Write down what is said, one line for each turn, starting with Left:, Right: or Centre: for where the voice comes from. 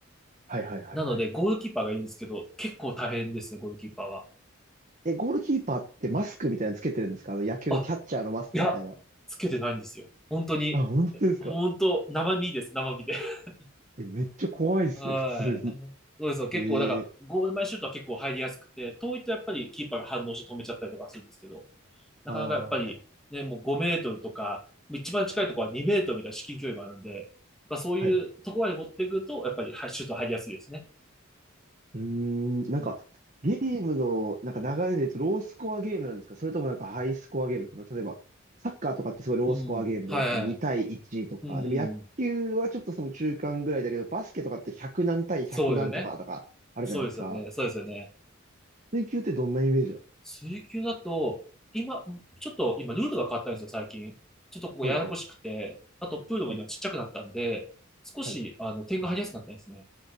Right: はいはいはいはい。
Centre: なので、ゴールキーパーがいるんですけど、結構大変ですね、ゴールキーパーは。
Right: え、ゴールキーパーってマスクみたいなのつけてるんですかあの野球のキャッチャーのマスクみたいな。
Centre: あ、いや、つけてないんですよ。本当に、
Right: あ、本当ですか
Centre: 本当、生身です、生身で。<laughs>
Right: え、めっちゃ怖いですね、
Centre: はい。
Right: 普通に。
Centre: そうですよ。結構、
Right: ええ
Centre: だから、ゴール前シュートは結構入りやすくて、遠いとやっぱりキーパーが反応して止めちゃったりとかするんですけど、なかなかやっぱり、
Right: ああ、はい。
Centre: ね、もう5メートルとか、一番近いところは2メートルみたいな至近距離もあるんで、まあそういうところまで持っていくと、
Right: はい。
Centre: やっぱりはいシュート入りやすいですね。
Right: うーん、なんか、
Centre: うん。
Right: ゲームの、なんか流れで言うと、ロースコアゲームなんですかそれともなんかハイスコアゲームですか例えば、サッカーとかってすごいロースコアゲームじゃないですか。
Centre: うん。はいはい。
Right: 2対1とか。
Centre: う
Right: でも野球はちょっとその中間ぐらいだけど、
Centre: ん。
Right: バスケとかって100何対100何とかとかあるじゃないですか。
Centre: そうですよね。そうですよね。そうですよね。
Right: 水球ってどんなイメージなの
Centre: 水球だと、今、ちょっと今ルールが変わったんですよ、最近。ちょっとここややこしくて、
Right: はいはい
Centre: あとプールも今ちっちゃくなったんで、
Right: はい。
Centre: 少し、
Right: はい。
Centre: あの、点が入りやすくなったんですね。